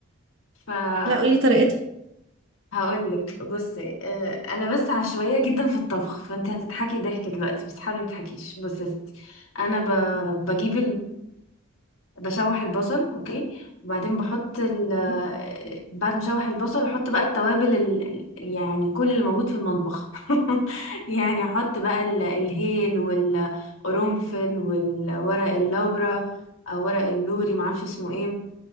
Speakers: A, on the left; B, on the right.
A: <laughs> فهقول
B: لا قولي لي طريقتها
A: لك بصي آه، انا بس عشوائيه جدا في الطبخ فانت هتضحكي ضحك دلوقتي بس حاولي ما تضحكيش بصي يا ستي انا ب... بجيب بشوح البصل اوكي وبعدين بحط ال آه،
B: إيه؟
A: بعد ما اشوح البصل احط بقى التوابل ال... ال- يعني كل اللي موجود في المطبخ <laughs> يعني احط بقى ال... الهيل والقرنفل والورق اللورا او ورق اللوري معرفش اسمه ايه